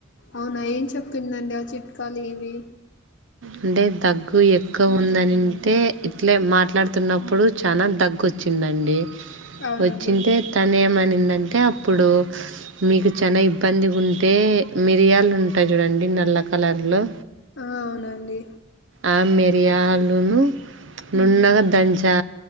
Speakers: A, on the left; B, on the right.
A: అవునా ఏం చెప్పిందండి ఆ చిట్కాలు ఏవి
B: అంటే దగ్గు ఎక్కువ ఉందనింటే ఇట్లే మాట్లాడుతున్నప్పుడు చానా దగ్గోచ్ చిందండి
A: అవునండి
B: వచ్చింటే తనేమనిందంటే అప్పుడు మీకు చానా ఇబ్ పందిగుంటే మిరియాలు ఉంటయి చూడండి నల్ల కలర్లో
A: ఆ అవునండి
B: ఆ మిరియాలును నున్నగా
A: ఉమ్,
B: దంచా